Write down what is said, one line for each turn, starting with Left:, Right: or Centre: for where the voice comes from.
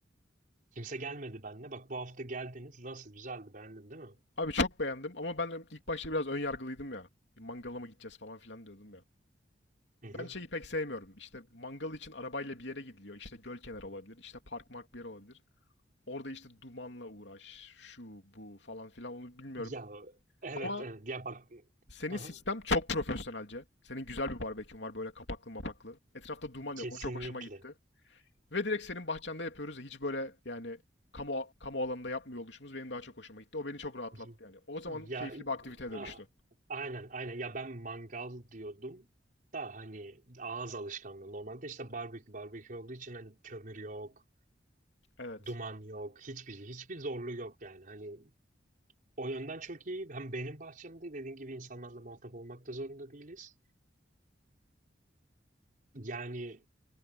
Right: Kimse gelmedi benimle. Bak bu hafta geldiniz nasıl güzeldi beğendin değil mi?
Left: Abi çok beğendim ama ben ilk başta biraz ön yargılıydım ya. Bir Mangala mı gideceğiz falan filan diyordum ya.
Right: Hı hı.
Left: Ben şeyi pek sevmiyorum. İşte mangal için arabayla bir yere gidiliyor. İşte göl kenarı olabilir. İşte park mark bir yer olabilir. Orada işte dumanla uğraş, şu bu falan filan onu bilmiyorum.
Right: Ya evet
Left: Ama
Right: evet ya bak
Left: senin
Right: hı
Left: sistem
Right: hı.
Left: çok profesyonelce. Senin güzel bir barbekün var böyle kapaklı mapaklı. Etrafta duman
Right: kesinlikle.
Left: yok. O çok hoşuma gitti. Ve direkt senin bahçende yapıyoruz ya hiç böyle yani kamu kamu alanında yapmıyor oluşumuz benim daha çok hoşuma gitti. O beni çok rahatlattı
Right: Hı hı.
Left: yani. O zaman
Right: Ya
Left: keyifli bir aktiviteye
Right: a-
Left: dönüştü.
Right: aynen aynen ya ben mangal diyordum da hani ağız alışkanlığı normalde işte barbekü barbekü olduğu için hani kömür yok
Left: Evet.
Right: Duman yok, hiçbir şey, hiçbir zorluğu yok yani. Hani o yönden çok iyi. Hem benim bahçemde dediğin gibi insanlarla muhatap olmak da zorunda değiliz. Yani